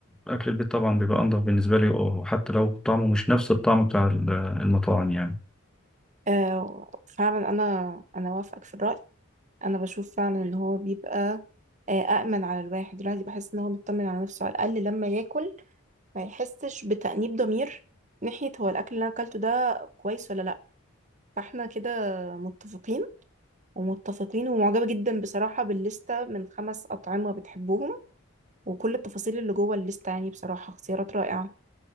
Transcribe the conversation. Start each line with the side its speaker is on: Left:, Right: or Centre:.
Centre: اكل البيت طبعا بيبقى انضف بالنسبه لي اه وحتى لو طعمه مش نفس الطعم بتاع ال- المطاعم يعني
Right: آه، فعلا انا انا وافقك في الراي انا بشوف فعلا ان هو بيبقى آه، أأمن على الواحد الواحد بحس إن هو مطمن على نفسه على الأقل لما ياكل ما يحسش بتأنيب ضمير ناحية هو الأكل اللي أنا أكلته ده كويس ولا لأ فاحنا كده متفقين ومتفقين ومعجبة جدا بصراحة بالليستة من خمس أطعمة بتحبهم وكل التفاصيل اللي جوه الليستة يعني بصراحة اختيارات رائعة